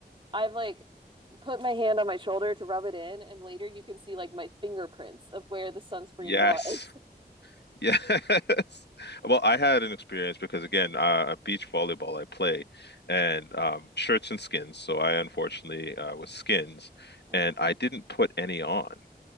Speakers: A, on the right (about 30°); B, on the left (about 80°).
A: I've like put my hand on my shoulder to rub it in, and later you can see like my fingerprints of where the sunscreen
B: Yes.
A: was.
B: Yes. <laughs> Well, I had an experience because again, uh, beach volleyball I play and um, shirts and skins. So I unfortunately uh, was skins
A: Mhm.
B: and I didn't put any on.